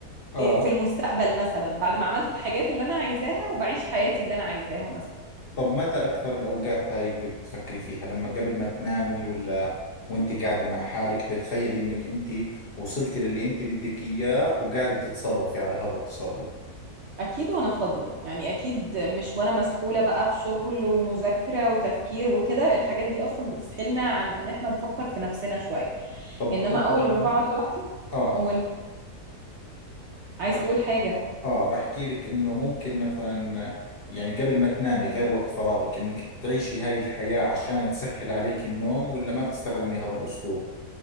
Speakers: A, on the left; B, on the right.
A: آه
B: إيه، في المستقبل مثلا بعد ما عملت الحاجات اللي انا عايزاها وبعيش حياتي اللي انا عايزاها مثلا
A: طب متى أكثر الأوقات هاي بتفكري فيها لما قبل ما تنامي ولا وانت قاعدة مع حالك تتخيلي انك انت وصلتي للي انت بدك اياه وقاعدة تتصرفي على هذا التصرف
B: اكيد وانا فاضيه يعني اكيد مش وانا مسحوله بقى في شغل ومذاكره وتفكير وكده الحاجات دي اصلا بتسحلنا عن ان احنا نفكر في نفسنا شويه
A: طب
B: انما
A: باخذ
B: اول
A: مني
B: ما بقعد لوحدي
A: اه
B: قول عايز
A: بحكي
B: تقول حاجه
A: اه بحكي لك انه ممكن مثلا يعني قبل ما تنامي غير وقت فراغك انك تعيشي هاي الحياة عشان تسهل عليك النوم ولا ما بتستخدمي هذا الأسلوب